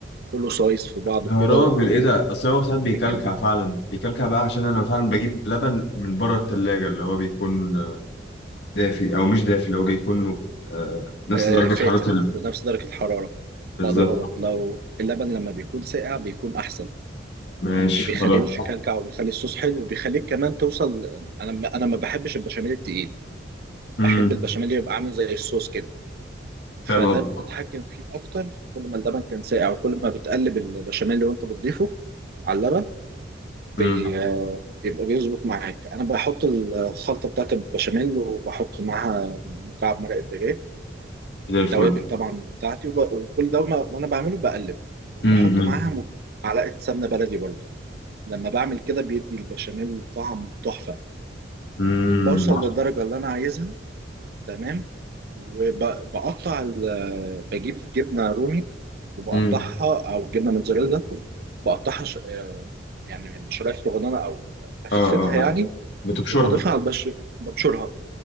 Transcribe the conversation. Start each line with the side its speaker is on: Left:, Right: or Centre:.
Right: كله سايس في بعضه
Left: يا راجل
Right: كده وهو
Left: ايه ده اصل هو ساعات بيكلكع
Right: جامد
Left: فعلا بيكلكع بقى عشان انا فعلا بجيب لبن من بره التلاجة اللي هو بيكون دافي او مش دافي اللي هو بيكون آه، نفس
Right: آه،
Left: درجه
Right: فاتر
Left: حراره ال-
Right: بنفس درجة الحرارة
Left: بالظبط
Right: لا ده غلط لو اللبن لما بيكون ساقع بيكون أحسن
Left: ماشي
Right: وما بيخليهوش
Left: خلاص
Right: يكلكع وبيخلي الصوص حلو وبيخليك كمان توصل أنا أنا ما بحبش البشاميل التقيل
Left: امم
Right: بحب البشاميل اللي يبقى عامل زي الصوص كده فده
Left: فاهم
Right: بتتحكم
Left: قصدي
Right: فيه أكتر كل ما اللبن كان ساقع وكل ما بتقلب البشاميل اللي وأنت بتضيفه على اللبن بي...
Left: امم
Right: بيبقى بيظبط معاك أنا بحط الخلطة بتاعت البشاميل وبحط معاها مكعب مرقة دجاج
Left: زي
Right: والتوابل
Left: الفل
Right: طبعا بتاعتي وب... وكل ده وأنا وأنا بعمله بقلب وبحط
Left: امم
Right: معاها م- معلقة سمنة بلدي برضو لما بعمل كده بيدي البشاميل طعم تحفة
Left: امم
Right: بوصل للدرجة اللي أنا عايزها تمام وبقطع ال... بجيب جبنة رومي وبقطعها
Left: امم
Right: أو جبنة موتزاريلا بقطعها ش... آه، يعني شرايح صغننة أو بفتفتها
Left: اه اه
Right: يعني
Left: آه. بتبشرها
Right: وبضيفها على البش ببشرها